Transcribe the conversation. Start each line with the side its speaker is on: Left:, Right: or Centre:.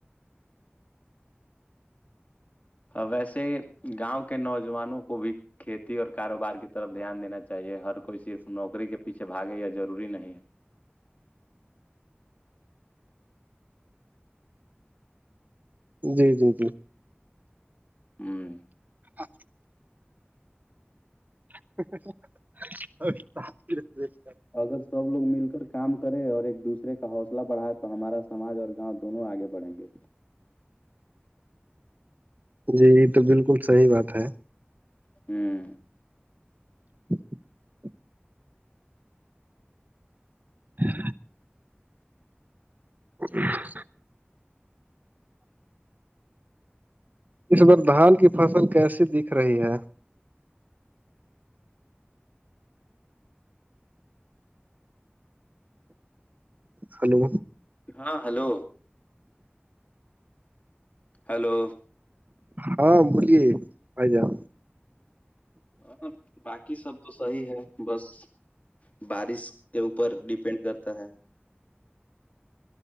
Left: ویسے گاؤں کے نوجوانوں کو بھی کھیتی اور کاروبار کی طرف دھیان دینا چاہیے ہر کوئی صرف نوکری کے پیھےھاگے ضروری نہیں ہے
Right: جی جی جی
Left: ہوں
Right: ا <inaudible> ا
Left: اگر سب لوگ مل کر کام کرے اور ایک دوسرے کا حوصلہ بڑھائے تو ہمارا ساج اور گاؤں دونوں آگے بڑھیں گے
Right: جی یہ تو بالکل صحیح بات ہے
Left: ہوں
Right: <inaudible> ہاں ہاں اس بار دھان کی فصل کیسی دکھ رہی ہے ہلو
Left: ہاں ہلو ہیلو
Right: ہاں بولیے آائی جاؤ
Left: ہاں باقی سب تو صحی ہے بس بارش کے اوپر ڈیپینڈ کرتا ہے